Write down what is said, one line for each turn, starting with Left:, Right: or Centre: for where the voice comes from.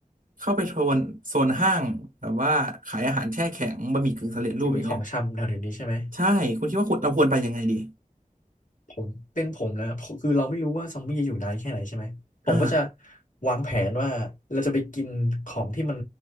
Right: เข้าไปโซนโซนห้างแบบว่าขายอาหารแช่แข็งบะหมี่กึ่งสำเร็จรูปอย่างเงี้ย
Left: ที่มีของชำแถวๆนี้ใช่ไหม
Right: ใช่คุณคิดว่าควรเราควรไปยังไงดี
Left: ผมเป็นผมนะผมคือเราไม่รู้ว่าซอมบี้จะอยู่นานแค่ไหนใช่ไหมผมก็จะ
Right: อ่า
Left: วางแผนว่าเราจะไปกินของที่มัน